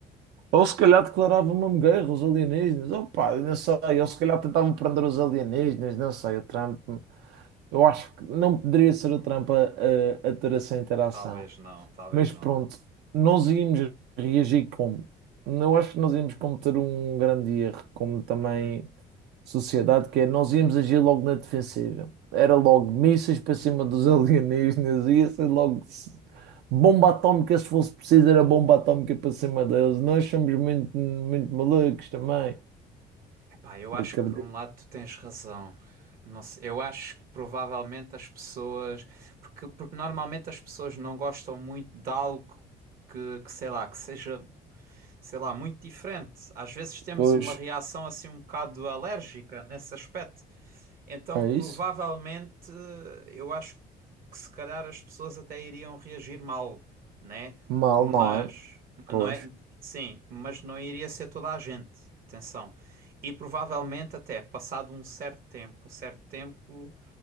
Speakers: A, on the right; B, on the right.
A: ou se calhar declarava uma guerra aos alienígenas. Opa, eu não sei. Ou se calhar tentavam prender os alienígenas. Não sei. O Trump, eu acho que não poderia ser o Trump a, a, a ter essa interação.
B: Talvez não, talvez
A: Mas
B: não.
A: pronto, nós íamos reagir como? Eu acho que nós íamos cometer um grande erro, como também.
B: Uhum.
A: sociedade, que é nós íamos agir logo na defensiva. Era logo mísseis para cima dos <laughs> alienígenas, ia ser logo s- bomba atómica, se fosse preciso, era bomba atómica para cima deles. Nós somos muito, muito malucos também.
B: Epá, eu acho
A: Acredito.
B: que por um lado tu tens razão. Não sei, eu acho que provavelmente as pessoas. Porque, porque normalmente as pessoas não gostam muito de algo que, que sei lá, que seja sei lá, muito diferente. Às vezes temos
A: Pois,
B: uma reação assim um bocado alérgica nesse aspecto. Então,
A: é
B: provavelmente,
A: isso?
B: eu acho que se calhar as pessoas até iriam reagir mal, né?
A: Mal,
B: Mas
A: não é? Pois.
B: mas não é, sim, mas não iria ser toda a gente. Atenção. E provavelmente até passado um certo tempo, um certo tempo